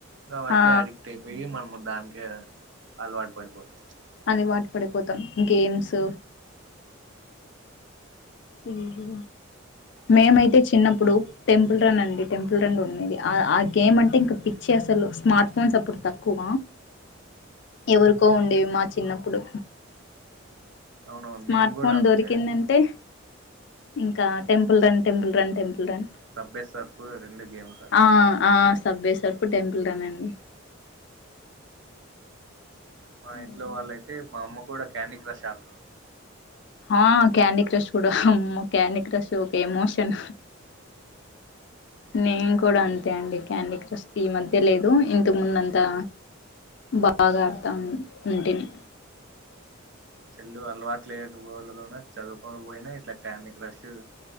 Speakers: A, on the right; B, on the left.
A: అవి అట్లే
B: ఆ
A: అడిక్ట్ అయిపోయి మనము దానికే అలవాటు పడిపోతాం
B: అది వాటి పడిపోతాం గేమ్స్ మ్మ్ హూ మేమైతే చిన్నప్పుడు టెంపుల్ రన్ అండి టెంపుల్ రన్ ఉండిది ఆ ఆ గేమ్ అంటే ఇంక పిచ్చే అసలు స్మార్ట్ ఫోన్స్ అప్పుడు తక్కువ ఎవరికో ఉండేవి మా చిన్నప్పుడు
A: అవునవును
B: స్మార్ట్
A: మేము కూడా
B: ఫోన్
A: అంతే
B: దొరికిందంటే ఇంక temple run temple run temple run
A: సబ్బే Surf రెండు గేమ్స్ ఆడతాం
B: ఆ ఆ సబ్ వే సర్ఫ్ పు టెంపుల్ రన్ అండి
A: మా ఇంట్లో
B: అయ్యో
A: వాళ్ళైతే మా అమ్మ కూడా క్యాండీ క్రష్ ఆతుంది
B: అ క్యాండీ క్రష్ కూడా అమ్మో క్యాండీ క్రష్ ఒక ఎమోషన్ నేను కూడా అంతే అండి క్యాండీ క్రెష్ ఈ మధ్య లేదు ఇంతకు ముందు అంతా బాగా ఆడతాన్ ఉంటిని
A: సెల్లు అలవాటు లేక <unintelligible> న్నా చదువుకోకపోయినా ఇట్లా క్యాండీ క్రష్